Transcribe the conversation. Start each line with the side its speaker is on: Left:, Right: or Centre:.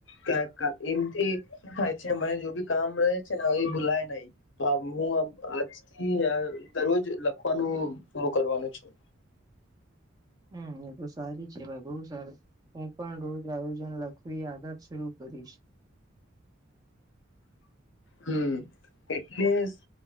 Left: ક્યારે કાંક એમથી શું થાય છે, મને જો ભી કામ રહે છે, ને એ ભૂલાય નહી તો, હું અમ આજથી અ દરરોજ લખવાનું શુંરું કરવાનું છું.
Right: હમ્મ, એ તો સારી છે ભાઈ બોઉ સારું હું, પણ રોજ આયોજન લખવી આદત શરૂ કરીશ
Left: હમ્મ એટલે